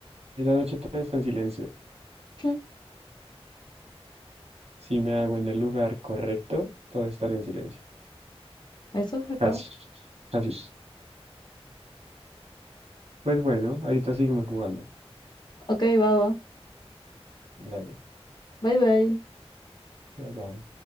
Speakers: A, on the right (about 80°); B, on the left (about 45°).
A: En la noche todo está en silencio.
B: <laughs>
A: Si me hago en el lugar correcto, todo estará en silencio.
B: Eso es verdad.
A: Casi, casi. Pues bueno, ahorita seguimos jugando.
B: Ok, va, va.
A: Dale,
B: Bye, bye.
A: bye bye.